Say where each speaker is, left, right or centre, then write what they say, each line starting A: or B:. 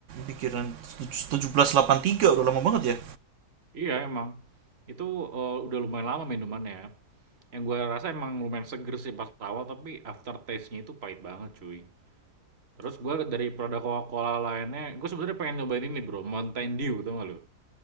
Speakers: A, on the right; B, on the right.
A: pikiran tujuh belas delapan tiga udah lama banget ya
B: Iya, emang. Itu eh, udah lumayan lama minumannya. Yang gue rasa emang lumayan seger sih pas awal, tapi after taste nya itu pahit banget, cuy. Terus gue dari produk Coca-Cola lainnya, gue sebenarnya pengen nyobain ini, Bro, Mountain Dew, tau gak lu?